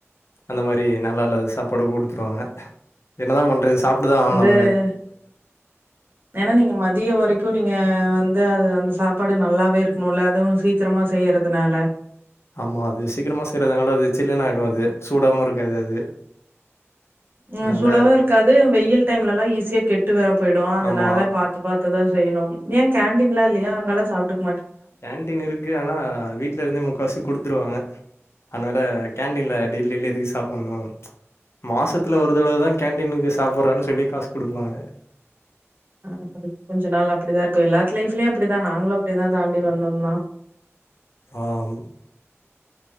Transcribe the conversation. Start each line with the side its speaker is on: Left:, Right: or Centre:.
Left: அந்த மாரி நல்லாலாத சாப்பாடு போட்டுத்தருவாங்க என்னதா பண்றது சாப்ட்டுதா ஆவணு அ
Right: அ ஏன்னா நீங்க மதியோ வரைக்கு நீ ங்க வந்து அது அந்த சாப்பாடு நல்லாவே இருக்குனோல அதுவு சீக்கிரமா செய்யறதுனால
Left: ஆமா அது சீக்கிரமா செய்றதுனால அது சில்லுனு ஆய்டு அது சூடாவு இருக்காது அது அதனால
Right: ம் சூடாவு இருக்காது வெயில் டைம்லெல்லா ஈஸியா கெட்டு வேற போயிடு அதனால
Left: ஆமா
Right: பாத்து பாத் து தா செய்யணும் ஏன் கேண்டீன்லா இல்லயா அங்கல்லா சாப்டுக்
Left: கேன்டீன் இருக்கு ஆனா வீட்ல இருந்தே முக்காசி குடுத் ருவாங்க அதனால கேண்டடீன்ல டெய்லி டெய்லி எதுக்கு சாப்புன்னோ ச்ச் மாசத்துல ஒரு தடவுதா கேண்டீனுக்கு சாப்புற்றன் சொல்லி காசு குடுக்குவாங்க
Right: அ <inaudible> கொஞ்ச நாள் அப்படிதா இருக்கு எல்லாத்து லைஃப்லயு அப்படிதா நாங்களு அப்படி தா தாண்டி வந்தோம்மா
Left: ஆம்